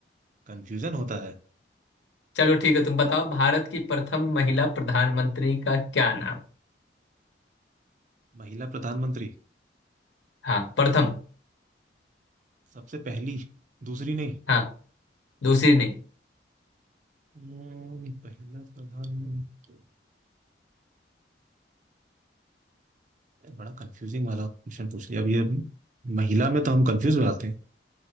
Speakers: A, on the right (about 45°); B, on the left (about 85°).
A: कंफ्यूजन होता है
B: चलो ठीक है तुम बताओ भारत की प्रथम महिला प्रधानमंत्री का क्या नाम
A: महिला प्रधानमंत्री
B: हाँ प्रथम
A: सबसे पहली दूसरी नहीं
B: हाँ दूसरी नहीं
A: हम्म, पहला प्रधानमंत्री बड़ा कंफ्यूजिंग वाला क्वेश्चन पूछ लिया अब ये महिला में तो हम कंफ्यूज हो जाते हैं